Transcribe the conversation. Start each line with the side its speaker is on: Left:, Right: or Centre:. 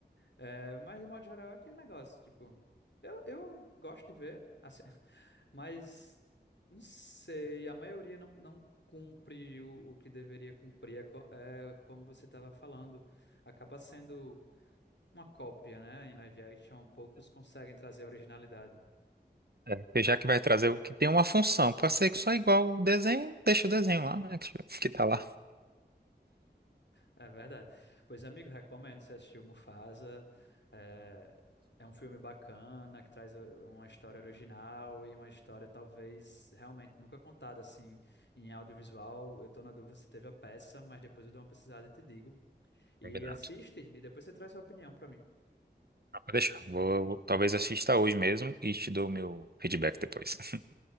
Left: É, mas, de modo geral, é aquele negócio, tipo, eu, eu gosto de ver, assim, <laughs> mas não sei, a maioria não, não cumpre o, o que deveria cumprir. É, co- é, como você estava falando, acaba sendo uma cópia, né? Em live action, poucos conseguem trazer originalidade.
Right: É, porque já que vai trazer o que tem uma função, para ser só igual o desenho, deixa o desenho lá, né? Que, que tá lá.
Left: É verdade. Pois, amigo, recomendo você assistir o Mufasa. É, é um filme bacana que traz uh, uma história original e uma história talvez realmente nunca contada assim em audiovisual. Eu tô na dúvida se teve a peça, mas depois eu dou uma pesquisada e te digo. E
Right: Combinado.
Left: assiste e depois você traz sua opinião pra mim. <laughs>
Right: Ah, pode deixar. Vou, vou- talvez assista hoje mesmo e te dou o meu feedback depois. <laughs>